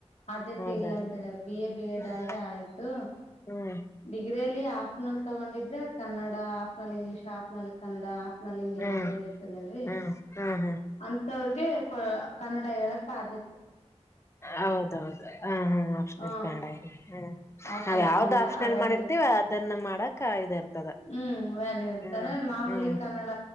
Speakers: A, on the left (about 70°); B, on the left (about 25°).
A: ಆದ್ಯತೆ
B: ಹೌದಾನ
A: ಇಲ್ಲ ಅಂತ ಹೇಳಾರ ಬಿ ಎ ಬಿ ಎಡ್
B: ಹ್ಮ್
A: ಆದ್ರೆ ಆಯ್ತು
B: ಹ್ಮ್
A: ಡಿಗ್ರಿ ಅಲ್ಲಿ ಆಫ್ ನಲ್ ತಗೊಂಡಿದ್ರೆ Kannada optional English optional Kannada ಆಫ್ ನಲ್ಲಿ ಹಂಡಿ
B: ಹ್ಮ್
A: ಅಂತ ಹೇಳಿ ಇರ್ತದಲ್ರಿ
B: ಹ್ಮ್ ಹ್ಮ್ ಹ್ಮ್ ಹ್ಮ್
A: ಅ ವ್ರಿಗೆ ಕನ್ನಡ ಹೇಳಕ್ ಆದ
B: ಹೌದೌದು ಹ ಹಾ ಆಪ್ಷನಲ್
A: ಹ
B: ಕ ಹ
A: ಹಾಫ್ನಲ್
B: ನಾವ ಯಾವ್ದ
A: ಕನ್ನಡ
B: ಆಪ್ಷನಲ್
A: ಅದೊಂದು
B: ಮಾಡಿರ್ತವಿ ಅದನ್ನ ಮಾಡಕ್ ಇ ಇರ್ತದ
A: ಹ್ಮ್ ವ್ಯಾನ್ಯ ಇರ್ತಾನೆ
B: ಹ್ಮ್
A: ಮಾಮೂಲಿ
B: ಹ್ಮ್
A: ಕನ್ನಡ